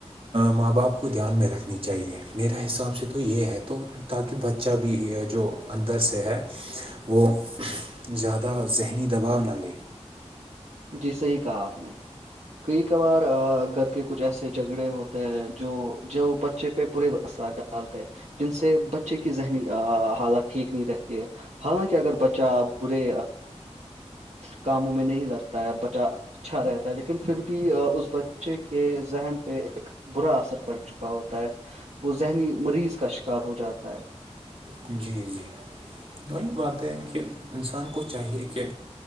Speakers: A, on the right; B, on the right.
A: ماں باپ کو دھیان میں رکھنی چاہیے میرے حساب سے تو یہ ہے تو تاکہ بچہ بھی جو اندر سے ہے وہ زیادہ ذہنی دباؤ نہ لے
B: جی صحیح کہا آپ نے کئی کبھار گھر کے کچھ ایسے جھگڑے ہوتے ہیں جو جو بچے پہ برے اثرات ڈال ڈالتا ہے جن سے بچے کی ذہنی حالت ٹھیک نہیں رہتی ہے حالانکہ اگر بچہ برے کاموں میں نہیں لگتا ہے بچہ اچھا رہتا ہے لیکن پھر بھی اس بچے کے ذہن پہ ایک برا اثر پڑ چکا ہوتا ہے وہ ذہنی مریض کا شکار ہو جاتا ہے
A: جی جی وہی بات ہے کہ انسان کو چاہیے کہ